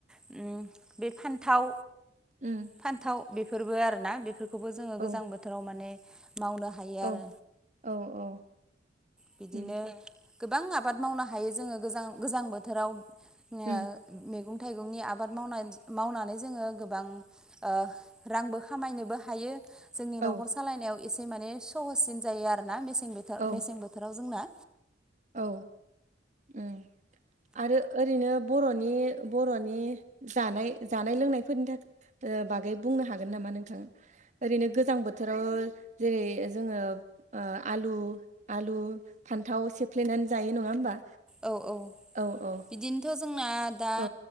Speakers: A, in the centre; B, on the right (about 40°).
A: उम बे फान्थाव
B: उम
A: फान्थाव बेफोरबो आरो ना बेफोरखौबो जोङो
B: औ
A: गोजां बोथोराव माने मावनो हा हायो
B: औ
A: आरो
B: औ औ
A: बिदिनो
B: उम
A: गोबां आबाद मावनो हायो जोङो गोजां गोजां बोथोराव <unintelligible> मैगं-थाइगंनि
B: उम
A: आबाद मावनानै मावनानै जोङो गोबां ओ रांबो खामायनोबो हायो। जोंनि न'खर
B: औ
A: सालायनायाव एसे माने सहससिन जायो आरोना मेसें बोथो
B: औ
A: मेसें बोथोराव जोंना
B: औ उम आरो ओरैनो बर'नि बर'नि जानाय जानाय लोंनायफोरनि थाखा ओ बागै बुंनो हागोन नामा नोंथाङा? ओरैनो गोजां बोथोराव जेरै जोङो ओ आलु आलु फान्थाव सेफ्लेनानै जायो नङा होमबा?
A: औ औ
B: औ औ
A: बिदिनोथ' जोंना दा
B: औ